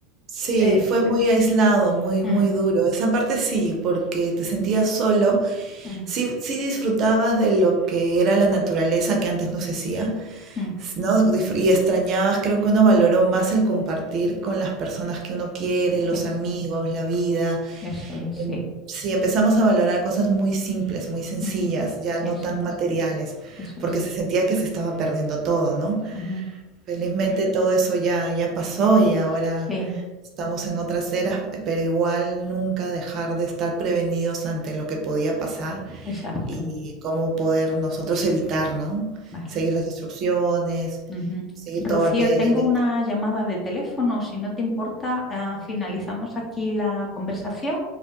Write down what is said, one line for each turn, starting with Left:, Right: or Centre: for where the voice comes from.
Right: Sí,
Left: Eh,
Right: fue muy aislado, muy,
Left: mm,
Right: muy duro. Esa parte sí, porque te sentías solo.
Left: mm,
Right: Sí, sí disfrutabas de lo que era la naturaleza que antes no se hacía,
Left: mm.
Right: ¿no? Disfr- Y extrañabas, creo que uno valoró más el compartir con las personas que uno quiere, los
Left: Eso
Right: amigos,
Left: es,
Right: la vida.
Left: eso es,
Right: Em,
Left: sí.
Right: Sí, empezamos a valorar cosas muy simples, muy sencillas,
Left: Ujú.
Right: ya no
Left: Eso
Right: tan
Left: es,
Right: materiales,
Left: eso
Right: porque
Left: es.
Right: se sentía que se estaba perdiendo todo, ¿no?
Left: Ujú.
Right: Felizmente todo eso ya, ya pasó y ahora
Left: Sí,
Right: estamos en otras eras, pero igual nunca dejar de estar prevenidos ante lo que podía pasar
Left: exacto.
Right: y cómo poder nosotros evitar, ¿no?
Left: Vale.
Right: Seguir las instrucciones,
Left: Ujú.
Right: seguir
Left: Rocío,
Right: todo al pie
Left: tengo
Right: de la letra.
Left: una llamada de teléfono. Si no te importa, ah, finalizamos aquí la conversación.